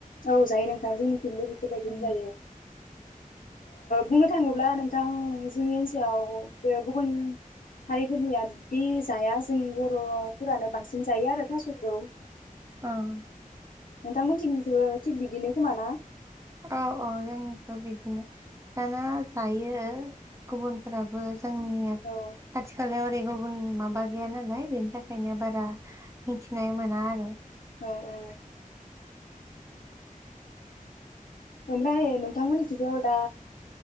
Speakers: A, on the left; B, on the right.
A: औ जायो नोंथां जोंनिथिंबो बेफोर बायदिनो
B: ओं
A: जायो। बुंनो थाङोब्ला नोंथां जोंनि ओनसोलाव बे गुबुन हारिफोरनिया बे जाया जों बर'फोरानो बांसिन जायो आरो थास'खौ।
B: उम।
A: नोंथांमोनथिं बो थिग बिदिनो खोमाना।
B: औ औ जोंबो बिदिनो। दाना जायो। गुबुनफोराबो जोंनि
A: औ
B: खाथि खालायाव ओरै गुबुन माबा गैया नालाय। बेनि थाखायनो बारा मिथिनाय मोना आरो।
A: औ औ ओमफ्राय नोंथांमोननिथिथ दा